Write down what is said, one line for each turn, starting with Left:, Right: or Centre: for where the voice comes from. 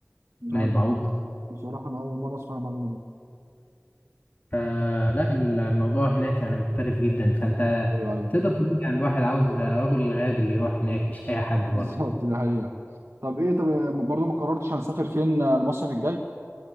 Right: لا
Left: من البعوض
Right: بصراحة أنا أول مرة أسمع الموضوع ده
Left: آه لا ال- الموضوع هناك يعني مختلف جدا فانت
Right: ايوه ايوه
Left: تقدر تقول يعني الواحد عاوز رجل غاب اللي يروح هناك مش اي حد برضه
Right: بالظبط ده حقيقه طب ايه طب برضو ما قررتش هنسافر فين المصيف الجاي